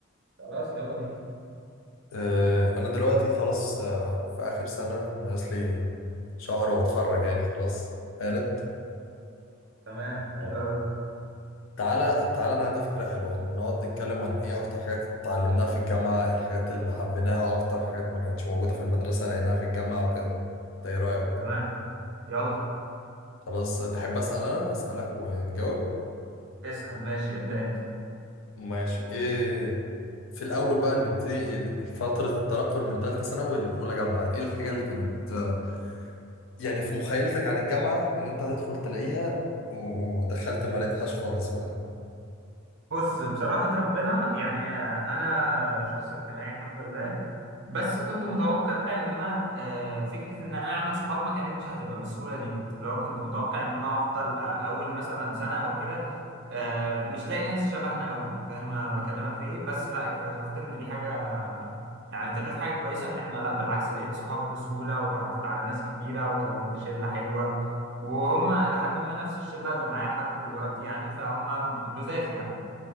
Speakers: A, on the right; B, on the left.
A: خلاص يلا بينا
B: أه، انا دلوقتي خلاص أه، في اخر سنة ناقص لي شهر واتخرج يعني خلاص قالت
A: تمام
B: أه،
A: حلو قوي
B: تعالى تعالى انا عندي فكرة حلوة احنا نقعد نتكلم عن ايه اكتر حاجات اتعلمناها في الجامعة ايه الحاجات اللي حبيناها اكتر حاجات ما كانتش موجودة في المدرسة لقيناها في الجامعة وكده ده ايه رأيك
A: تمام يلا
B: خلاص تحب اسأل انا اسألك ونجاوب
A: اسال ماشي ابدا انت
B: ماشي ايه في الأول بقى نبتدي فترة التنقل من تالتة ثانوي لأولى جامعة إيه الحاجة اللي كانت آه، يعني في مخيلتك عن الجامعة إن أنت هتدخل تلاقيها ودخلت ما لقيتهاش خالص بقى
A: بص بصراحة ربنا يعني أنا شخص اجتماعي الحمد لله بس كنت متوقع إن أنا آه، فكرة إن أنا أعمل صحاب ما كانتش هتبقى بالسهولة دي اللي هو كنت متوقع إن أنا هفضل أول مثلا سنة أو كده آه، مش لاقي ناس شبهنا قوي فاهم أنا بكلمك في إيه بس لا اكتشفت إن دي حاجة يعني طلعت حاجة كويسة إن إحنا لا بالعكس لقيت صحاب بسهولة وتعرفت على ناس كتيرة وكونت شلة حلوة وهم لحد ما نفس الشلة اللي معايا لحد دلوقتي يعني فهم لزاز يعني